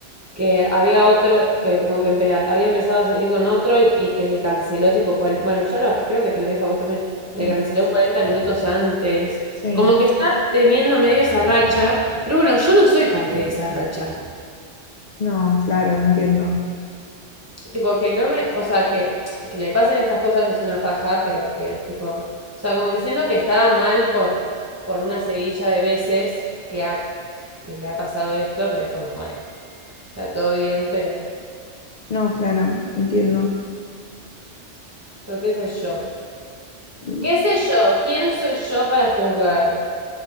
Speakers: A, on the right; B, on the left.
A: que había otro, que como que empe- había empezado a salir con otro y, y que le canceló tipo, cuaren- bueno, ya lo, creo que te lo dijo a vos también,
B: Sí,
A: que le canceló 40 minutos antes.
B: sí,
A: Como que está teniendo medio esa racha, pero bueno, yo no soy parte de esa racha.
B: no, claro, entiendo.
A: Tipo, que no me, o sea, que, que le pasen estas cosas es una paja, pero que tipo, o sea, como que siento que estaba mal por, por una seguilla de veces que, ha, que le ha pasado esto, pero es como, bueno, o sea, todo bien, pero,
B: No, claro, entiendo.
A: pero qué sé yo.
B: Mm,
A: ¿Qué sé yo? ¿Quién soy yo para juzgar?